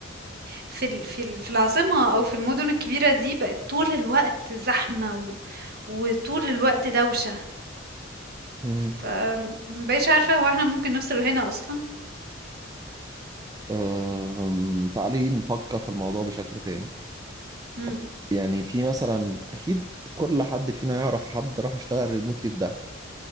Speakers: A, on the right; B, on the right.
A: في ال في ال في العاصمة أو في المدن الكبيرة دي بقت طول الوقت زحمة و... وطول الوقت دوشة
B: أمم.
A: فمبقتش عارفة هو احنا ممكن نوصل لهنا أصلا
B: أم، تعالي نفكر في الموضوع بشكل تاني
A: مم.
B: طب يعني في مثلا اكيد كل حد فينا يعرف حد راح يشتغل ريموتلي في ده